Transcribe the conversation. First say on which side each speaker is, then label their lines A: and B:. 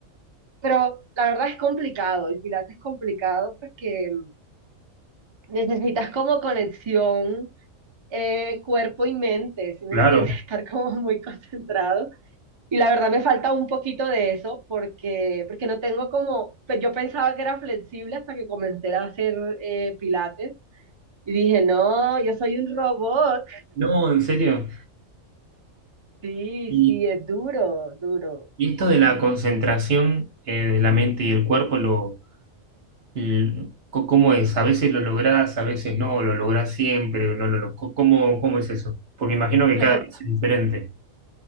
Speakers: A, on the right; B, on the right.
A: pero la verdad es complicado, el pilates es complicado porque necesitas como conexión eh, cuerpo y mente, ¿sí me
B: claro.
A: entiendes? <laughs> Estar como muy concentrado. Y la verdad me falta un poquito de eso porque, porque no tengo como, pe- yo pensaba que era flexible hasta que comencé a hacer eh, pilates y dije, no, yo soy un robot.
B: No, en serio.
A: Sí,
B: ¿Y,
A: sí, es duro, duro.
B: y esto de la concentración eh, de la mente y el cuerpo lo, Eh, co- ¿Cómo es? ¿A veces lo lográs, a veces no? ¿Lo lográs siempre o no lo lográs? ¿Cómo, cómo es eso? Porque imagino que
A: Lo
B: cada
A: que
B: vez es diferente.